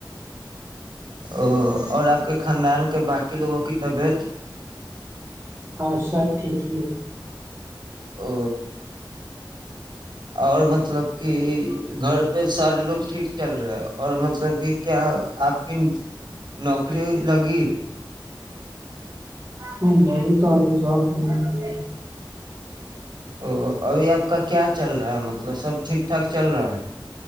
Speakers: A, on the right (about 65°); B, on the right (about 30°).
A: او اور آپ کے خاندان کے باقی لوگوں کی طبیعت
B: ہاں سب ٹھیک ہی ہے
A: او اور مطلب کہ گھر پہ سارے لوگ ٹھیک چل رہے اور مطلب کہ کیا آپ کی نوکری لگی
B: نہیں میری تو ابھی جاب نہیں ہوئی
A: او ابھی آپ کا کیا چل رہا ہے مطلب سب ٹھیک ٹھاک چل رہا ہے